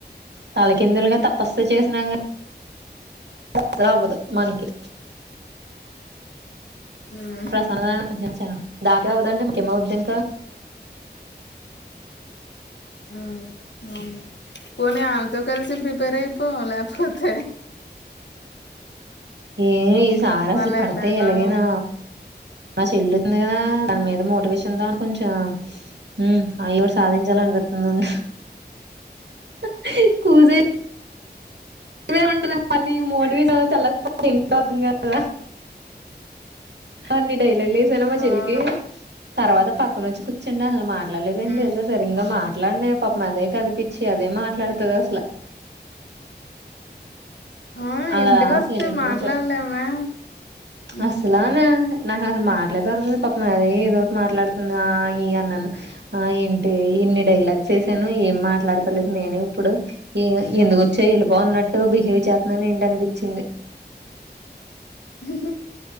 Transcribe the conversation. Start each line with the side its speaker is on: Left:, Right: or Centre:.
Right: తలకిందులుగా తపస్సు చేసినా గాని అసలవ్వదు మన్కి
Left: ఉమ్
Right: ప్రసన్న చ చ దాన్కే అవ్వదంటే మనకేం అవుతద్ ఇంకా <inaudible>
Left: ఉ అవును పోనీ ఆళ్తో కలిసి ప్రిపేర్ అయిపో లేకపోతే
Right: ఏ ఈ సార్
Left: వాళ్ళు
Right: అసలు పడిత్
Left: ఎలాగో
Right: ఎలాగైనా మా చెల్లుంది గా దాని మీద మోటివేషన్ తో అని కొంచా ఉ ఎదొవొట్ సాధించాలన్పిత్తంద్ ఉంద్ హ కూజే ఉండనే ఉండదు మళ్ళీ మోటివెట్ అయితే ఎ ల్లాల్సి వస్తది ఇంక అర్దం కాలేదా అన్ని డైలాగ్ లేసానా మా చెల్లికి
Left: అవును
Right: తర్వాత పక్కనొచ్చి కూర్చంటే అసలు మాట్లాడలేకపోయాన్
Left: ఉమ్
Right: తెలుసా అసలు ఇంగా మాట్లాడ్నా పాపం అదే కదిపించి అదే మాట్లాడుతద్ అసల్
Left: ఆ
Right: అలా
Left: ఇంటికొత్తే
Right: సైలేంటుగుంటరు
Left: మాట్లాడలేమే ఉమ్
Right: అసలానా నాకసలు మాట్లాడదొరకద్ పాపం అదే ఏదో ఒకటి మాట్లాడుతుంది ఆ ఇ అన్ అన్నాను ఆ ఏంటి ఇన్ని డైలాగ్సే ఎసాను ఏం మాట్లాడతలేదు నేనిప్పుడు ఏమో ఎందుకొచ్చేవ్ ఎళ్ళిపో అన్నట్టు బిహేవ్ చేస్తున్నాన్ ఏంట అనిపిచ్చింది
Left: ఉహుహు